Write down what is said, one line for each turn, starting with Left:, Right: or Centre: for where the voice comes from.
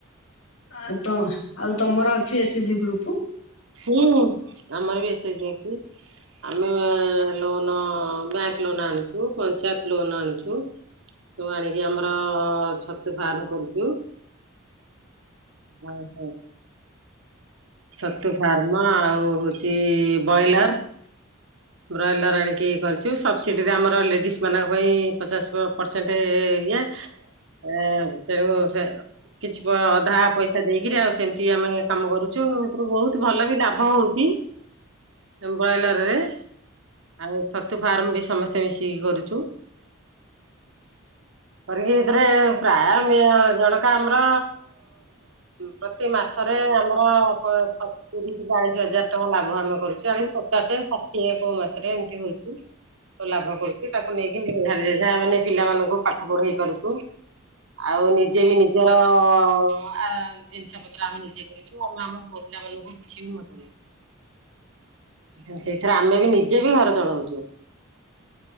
Left: ଆ ତ ଆଉ ତମର ଅଛି ଏସ୍ଏଜିି ଗ୍ରୁପ।
Right: ହୁଁ ଆମର ବି ଏସ ଯି ଅଛି। ଆମେ ଲୋନ୍ ବ୍ୟାଙ୍କ ଲୋନ ଆଣିଛୁ ପଞ୍ଚାୟତ ଲୋନ୍ ଆଣିଛୁ। ତୁ ଆଣିକି ଆମର ଛତୁ ଫାର୍ମ କରୁଛୁ। ହ ହ ଛତୁ ଫାର୍ମ ଆଉ ହଉଛି ବ୍ରଏଲର। ବ୍ରଏଲର ଆଣିକି କରିଛୁ ସବସିଡି ଆମର ଲେଡିସ୍ ମାନଙ୍କ ପାଇଁ ପଚାଶ ପରସେଣ୍ଟ ଇଏ <unintelligible> କିଛି ଅଧା ପଇସା ଦେଇକିରି ଆଉ ସେମିତି ଆମେ କାମ କରୁଛୁ ବହୁତ ଭଲ ବି ଲାଭ ହଉଛି।
Left: ହ
Right: ବ୍ରଏଲର ରେ ଆଉ ଛତୁ ଫାର୍ମ ବି ସମସ୍ତେ ମିଶିକି କରୁଛୁ।
Left: ହ
Right: କରିକି ଏଥିରେ ପ୍ରାୟ ଆମେ ଜଣକ ଆମର ପ୍ରତି ମାସରେ ଆମର ହବ ତିରିଶି ଚାଳିଶି ହଜାର ଟଙ୍କା ଲାଭ ଆମେ କରୁଚୁ ଆମେ ପଚାଶେ ଷାଠିଏ କୋଉ ମାସରେ ଏମିତି ହଉଚି। ଲାଭ କରୁଚୁ ତାକୁ ନେଇକି ଯାହା ମାନେ ପିଲାମାନାନଙ୍କୁ ପାଠ ପଢେଇ ପାରୁଚୁ। ଆଉ ନିଜେ ବି ନିଜର ଆଉ ଜେ ପଇସା ପତ୍ର ଆମେ ନିଜେ କରୁଚୁ ଆମ <unintelligible> ଆମ ପୁଅ ପିଲା ମଙ୍କୁ କିଛି ବି ମୁନୁ ସେଇଥିରେ ଆମେ ବି ନିଜେ ବି ଘର ଚଳଉଚୁ।